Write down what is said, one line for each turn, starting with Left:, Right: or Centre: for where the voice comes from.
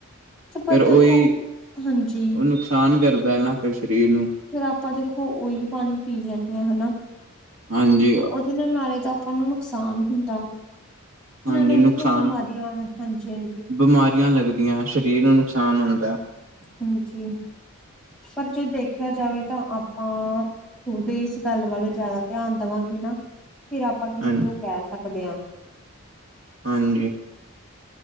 Centre: ਤੇ ਪਰ
Right: ਫੇਰ ਉਹੀ
Centre: ਦੇਖੋ, ਹਾਂਜੀ।
Right: ਉਹ ਨੁਕਸਾਨ ਕਰਦਾ ਨੈ ਫਿਰ ਸ਼ਰੀਰ ਨੂੰ।
Centre: ਫੇਰ ਆਪਾਂ ਦੇਖੋ ਉਹੀ ਪਾਨੀ ਪੀ ਲੈਂਦੇ ਹਾਂ ਹਨਾ
Right: ਹਾਂਜੀ
Centre: ਉਦੇ ਨਾ ਨਾਲੇ ਤਾਂ ਆਪਾਂ ਨੂੰ ਨੁਕਸਾਨ ਹੁੰਦਾ
Right: ਹਾਂਜੀ
Centre: ਨਾਲੇ ਆਪਾਂ
Right: ਨੁਕਸਾਨ
Centre: ਨੂੰ ਬਿਮਾਰੀਆਂ ਹਾਂਜੀ- ਹਾਂਜੀ।
Right: ਬਿਮਾਰੀਆਂ ਲੱਗਦੀਆਂ ਸ਼ਰੀਰ ਨੂੰ ਨੁਕਸਾਨ ਹੁੰਦਾ।
Centre: ਹਾਂਜੀ। ਪਰ ਜੇ ਦੇਖਿਆ ਜਾਵੇ ਤਾਂ ਆਪਾਂ ਉਦੇ ਇਸ ਗੱਲ ਵੱਲ ਜਾਦਾ ਧਿਆਨ ਦੇਵਾਂਗੇ ਨਾ ਫਿਰ ਆਪਾਂ ਕਿਸੇ
Right: ਹਾਂਜੀ
Centre: ਨੂੰ ਕੈ ਸਕਦੇ ਆ।
Right: ਹਾਂਜੀ।